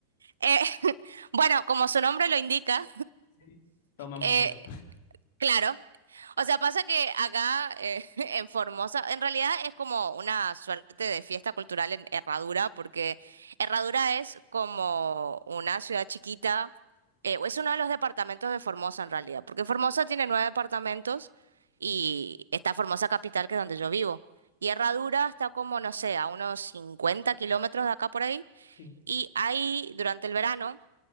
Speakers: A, on the right; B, on the left.
A: Eh, <laughs> bueno, como su nombre lo indica,
B: Sí, toman
A: eh,
B: pomelo.
A: claro. O sea, pasa que acá eh, <laughs> en Formosa, en realidad es como una suerte de fiesta cultural en Herradura, porque Herradura es como una ciudad chiquita, eh, o es uno de los departamentos de Formosa en realidad, porque Formosa tiene nueve departamentos y está Formosa Capital, que es donde yo vivo. Y Herradura está como, no sé, a unos 50 kilómetros de acá por ahí.
B: Sí,
A: Y ahí, durante el verano